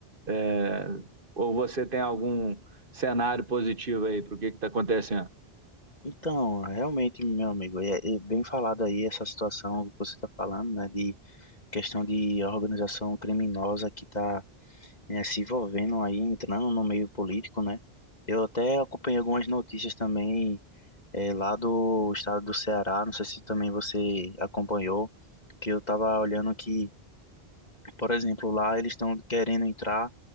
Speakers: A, on the right; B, on the left.
A: É, Ou você tem algum cenário positivo aí para o que está acontecendo?
B: Então, realmente, meu amigo, é, é bem falado aí essa situação que você está falando, né, de questão de organização criminosa que está, né, se envolvendo aí, entrando no meio político, né? Eu até acompanhei algumas notícias também eh, lá do estado do Ceará, não sei se também você acompanhou, que eu estava olhando que, por exemplo, lá eles estão querendo entrar